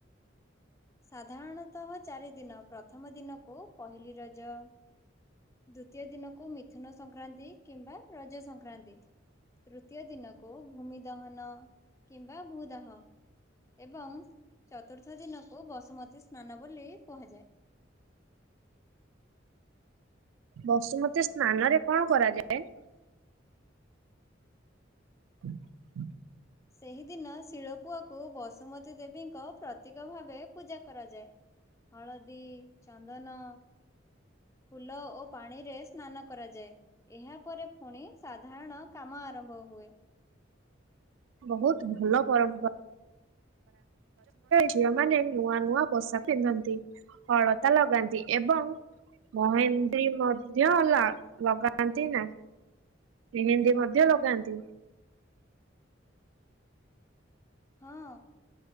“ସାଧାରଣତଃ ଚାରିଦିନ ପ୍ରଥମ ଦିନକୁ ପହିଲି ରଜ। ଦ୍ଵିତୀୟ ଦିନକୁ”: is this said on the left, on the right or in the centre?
Left